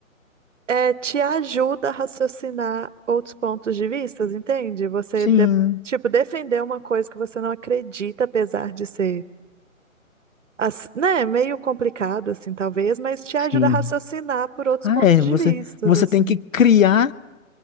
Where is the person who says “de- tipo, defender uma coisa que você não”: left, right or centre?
Right